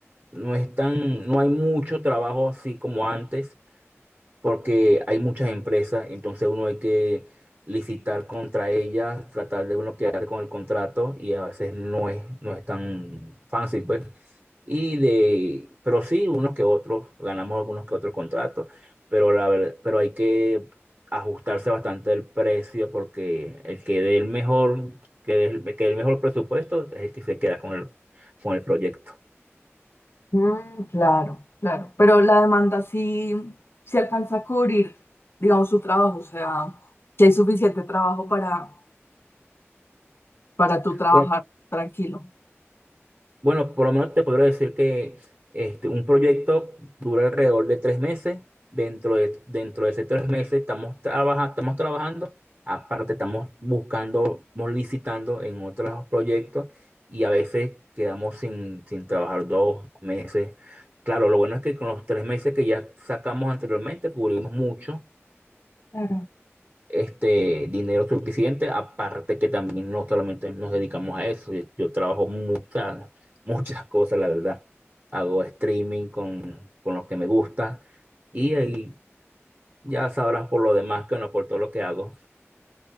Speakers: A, on the right (about 45°); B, on the left (about 55°).
A: no es tan, no hay mucho trabajo así como antes, porque hay muchas empresas, entonces uno hay que licitar contra ellas, tratar de uno quedar con el contrato y a veces no es, no es tan fácil, pues. Y de, pero sí, unos que otros, ganamos algunos que otros contratos, pero la ver- pero hay que ajustarse bastante el precio porque el que dé el mejor, que dé el, que dé el mejor presupuesto es el que se queda con el, con el proyecto.
B: Mm, claro, claro. Pero la demanda sí, sí alcanza a cubrir, digamos, su trabajo, o sea, que hay suficiente trabajo para, para tú trabajar
A: Bueno,
B: tranquilo.
A: Bueno, por lo menos te podría decir que este, un proyecto dura alrededor de tres meses. Dentro de, dentro de esos tres meses estamos, trabaja- estamos trabajando. Aparte, estamos buscando, estamos licitando en otros proyectos y a veces quedamos sin, sin trabajar dos meses. Claro, lo bueno es que con los tres meses que ya sacamos anteriormente cubrimos mucho
B: Claro.
A: este dinero suficiente, aparte que también no solamente nos dedicamos a eso, yo, yo trabajo muchas, <laughs> muchas cosas, la verdad. Hago streaming con, con lo que me gusta y ahí ya sabrás por lo demás que no, por todo lo que hago.